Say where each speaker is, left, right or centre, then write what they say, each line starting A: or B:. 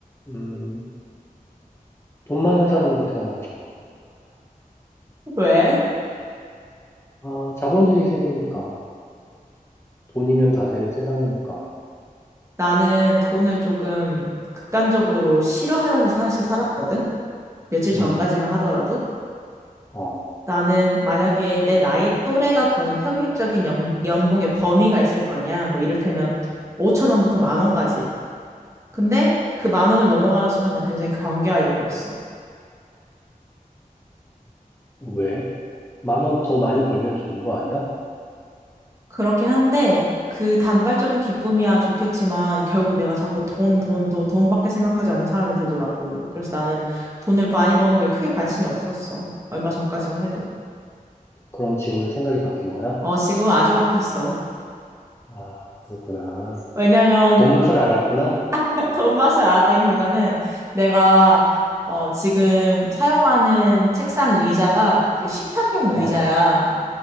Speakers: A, on the left; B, on the right.
A: 음, 돈 많은 사람으로 태어나고 싶어.
B: 왜?
A: 아, 자본주의 세계니까. 돈이면 다 되는 세상이니까.
B: 나는 돈을 조금 극단적으로 싫어하면서 사실 살았거든? 며칠 전까지만
A: 음,
B: 하더라도.
A: 어,
B: 나는 만약에 내 나이 또래가 버는 평균적인 연, 연봉의 범위가 있을 거 아니야. 뭐 이를테면 5천 원부터 만 원까지. 근데 그 만 원을 넘어가는 순간 난 굉장히 경계하려고 했어.
A: 왜? 만 원 더 많이 벌면 좋은 거 아니야?
B: 그렇긴 한데 그 단발적인 기쁨이야 좋겠지만 결국 내가 자꾸 돈, 돈, 돈, 돈밖에 생각하지 않는 사람이 되더라고. 그래서 나는 돈을 많이 버는 거에 크게 관심이 없었어. 얼마 전까지만 해도.
A: 그럼 지금은 생각이 바뀐 거야?
B: 어, 지금은 아주 바뀌었어.
A: 아, 그렇구나.
B: 왜냐면
A: 돈 맛을 알았구나?
B: <laughs> 돈 맛을 알았다기보다는 내가 어, 지금 사용하는 책상 의자가 그 식탁용 의자야.
A: 어,